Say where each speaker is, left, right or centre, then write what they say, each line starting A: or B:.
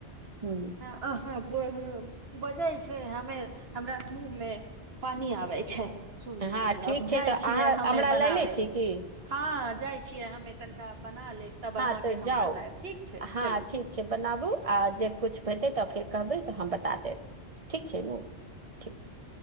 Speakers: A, on the right; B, on the right.
A: हूं।
B: अ हँ बजै छै, हमे हमरा मुँह मे पानि आबै छै सुनि-सुनि
A: हँ ठीक
B: अब
A: छै
B: जाइ
A: तऽ
B: छियै
A: अहाँ
B: हमें
A: हमरा
B: बनाबै।
A: लए लै छी की
B: हँ जाइ छियै हम तनिका बना लेब तब
A: हँ
B: अहाँके
A: तऽ
B: हम
A: जाउ
B: बतायब ठीक छै
A: हँ
B: चलू।
A: ठीक बनाबू
B: ठीक
A: आ जे किछु हेतै तऽ फेर कहबै तऽ हम बता देब ठीक छै ने। ठीक।